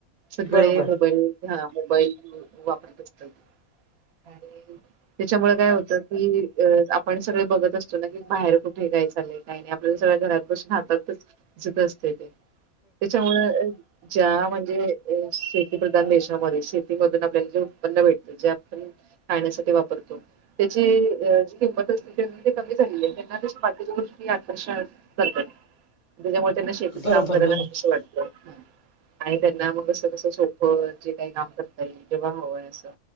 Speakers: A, on the right (about 75°); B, on the left (about 40°).
A: सगळे
B: बरोबर
A: मोबाईल हा मोबाईल वापरत असतात, आणि त्याच्यामुळे काय होतं, की अ आपण सगळे, बघत असतो, ना की बाहेर कुठे काय चालय काय नाही, आपल्या सगळं घरात बसून राहतातच. ज असते ते त्याच्यामु ज्या म्हणजे, शेती प्रधान देशामध्ये शेतीमधून आपल्याला जे उत्पन्न भेटत जे आपण, खाण्यासाठी वापरतो. त्याची ज किंमत अस, ते कमी झालेले त्यां बाकीच्या गोष्टी आकर्षण करतात. त्याच्यामुळे त्यांना शेतीत
B: बरोबर
A: काम करायला
B: बरोबर
A: कस तर वाटत, आणि त्यांना. सोपं कस सोपं जे काही काम करता येईल, तेव्हा हवंय असं,